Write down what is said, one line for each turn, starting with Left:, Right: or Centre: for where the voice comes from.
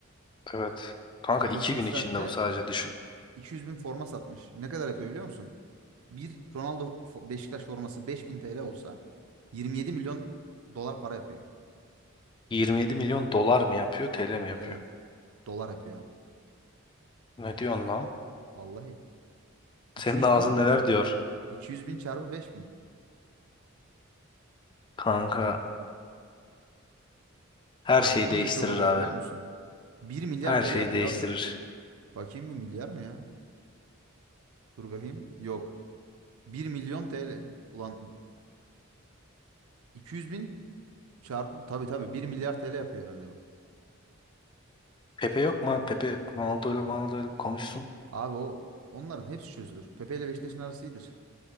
Left: evet. Kanka
Right: 48
Left: iki gün
Right: saatte
Left: içinde bu sadece düşün.
Right: 200 bin forma satmış. Ne kadar yapıyor biliyor musun? Bir Ronaldo fo- Beşiktaş forması 5000 TL olsa 27 milyon dolar para yapıyor.
Left: 27 milyon dolar mı yapıyor, TL mi yapıyor?
Right: Evet. Dolar yapıyor abi.
Left: Ne diyorsun lan?
Right: Vallahi.
Left: Senin
Right: 200
Left: ağzın
Right: bin
Left: neler diyor?
Right: 200 bin çarpı 5000.
Left: Kanka her
Right: Çarpı
Left: şeyi
Right: olunca
Left: değiştirir
Right: çok oluyor
Left: abi.
Right: biliyor musun? Bir milyar
Left: Her
Right: TL
Left: şeyi
Right: yapıyor
Left: değiştirir.
Right: abi çünkü. Bakayım bu milyar mı ya? Dur bakayım. Yok. Bir milyon TL. Ulan 200 bin çarpı. Tabii tabii bir milyar TL yapıyor herhalde bu.
Left: Pepe yok mu? abi? Pepe Ronaldo ile Ronaldo ile bir konuşsun.
Right: Abi o onların hepsi çözülür. Pepe ile Beşiktaş'ın arası iyidir.